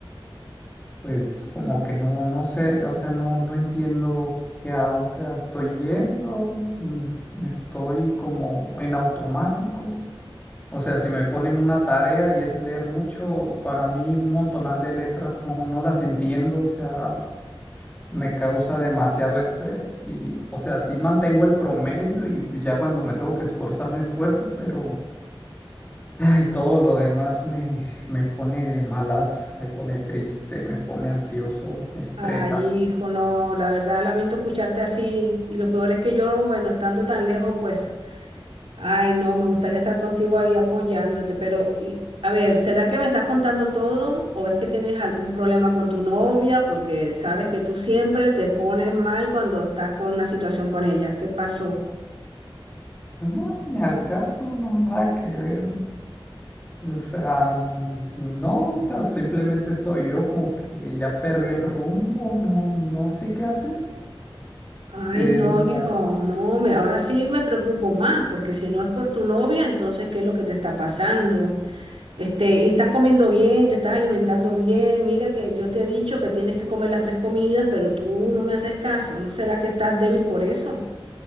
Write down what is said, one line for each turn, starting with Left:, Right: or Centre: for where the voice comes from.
Left: Pues como que no, no sé, o sea, no, no entiendo qué hago, o sea, estoy yendo, mm, estoy como en automático, o sea, si me ponen una tarea y es leer mucho, para mí un montonal de letras no, no las entiendo, o sea, me causa demasiado estrés y, o sea, sí mantengo el promedio y ya cuando me tengo que esforzar me esfuerzo, pero... Ay, todo lo demás me, me pone de malas, me pone triste, me pone ansioso, me estresa.
Right: Ay, hijo, no, la verdad lamento escucharte así. Y lo peor es que yo, bueno, estando tan lejos, pues Ay, no, me gustaría estar contigo ahí apoyándote, pero y, a ver, ¿será que me estás contando todo o es que tienes algún problema con tu novia? Porque sabes que tú siempre te pones mal cuando estás con una situación con ella. ¿Qué pasó?
Left: No, ni al caso, no, nada que ver. O sea, n- no, o sea, simplemente soy yo como que ya perdí el rumbo, no, no sé qué hacer.
Right: Ay,
Left: Eh,
Right: no,
Left: no,
Right: hijo, no, me, ahora sí me preocupo más, porque si no es por tu novia, entonces, ¿qué es lo que te está pasando? Este, y estás comiendo bien, te estás alimentando bien. Mira que yo te he dicho que tienes que comer las tres comidas, pero tú no me haces caso. ¿No será que estás débil por eso?